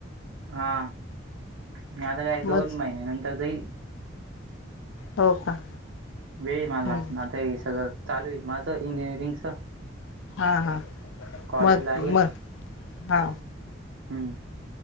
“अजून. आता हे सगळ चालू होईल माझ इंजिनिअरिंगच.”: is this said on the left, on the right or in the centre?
Right